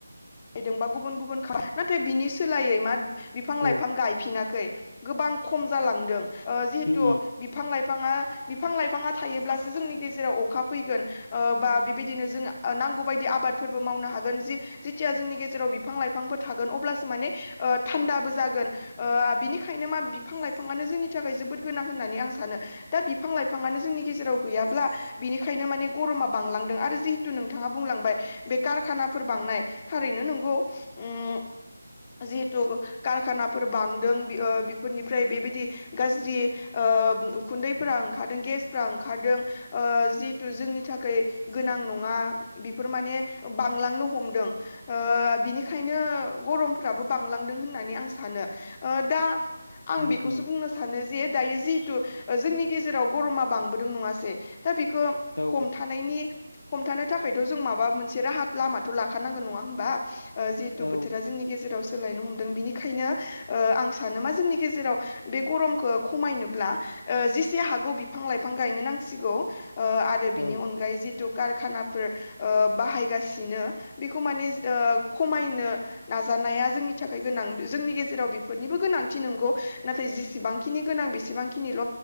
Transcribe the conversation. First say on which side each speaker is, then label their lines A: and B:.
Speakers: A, on the left (about 25°); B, on the left (about 70°).
A: <unintelligible> दोंबा गुबुन गुबुन खा नाथाय बिनि सोलायै मा बिफां लाइफां
B: औ
A: गायफिनाखै । गोबां खम जालांदों ओ जिहेथु
B: उम
A: बिफां लाइफाङा बिफां लाइफाङा थायोब्लासो जोंनि गेजेराव अखा फैगोन ओ बा बेबायदिनो जों नांगौ बायदि आबादफोरबो मावनो हागोन जि जि जिथिया जोंनि गेजेराव बिफां लाइफांफोर थागोन अब्लासो माने ओ थान्दाबो जागोन ओ बिनिखायनो मा बिफां लाइफाङानो जोंनि थाखाय जोबोद गोनां होननानै आं सानो दा बिफां लाइफाङानो जोंनि गेजेराव गैयाब्ला बिनिखायनो माने गरमा बांलांदों आरो जिहेथु नोंथाङा बुंलांबाय बे कारखानाफोर बांनाय थारैनो नंगौ ओम जिहेथु कारखानाफोर बांदों ओ बेफोरनिफ्राय बेबायदि गाज्रि ओ उखुन्दैफोरा ओंखारदों गेस फ्रा ओंखारदों ओ जिहेथु जोंनि थाखाय गोनां नङा बेफोर माने बांलांनो हमदों। ओ बिनिखायनो गरम फोराबो बांलांदों होननानै आं सानो ओ दा आं
B: उम
A: बेखौसो
B: उम
A: बुंनो सानो जे दायो जिहेतु जोंनि गेजेराव गरमा बांबोदों नङासै दा बेखो
B: औ
A: हमथानायनि। हमथानो थाखायथ जों माबा मोनसे राहा लामाथ लाखानांगोन नङा होमबा। ओ जिहेतु
B: औ
A: बोथोरा जोंनि गेजेरावस सोलायनो हमदों बिनिखायनो ओ आं सानो मा जोंनि गेजेराव बे गरमखो खमायनोब्ला जेसे हागौ बिफां लाइफां गायनो नांसिगौ। ओ आरो बिनि
B: औ
A: अनगायै जिटु कारखानाफोर। ओ बाहायगासिनो। बेखौ माने ओ खमायनो नाजानाया जोंनि थाखाय गोनां जोंनि गेजे जेराव बेफोरनिबो गोनांथि नंगौ नाथाय जेसेबांखिनि गोनां बेसेबांखिनिल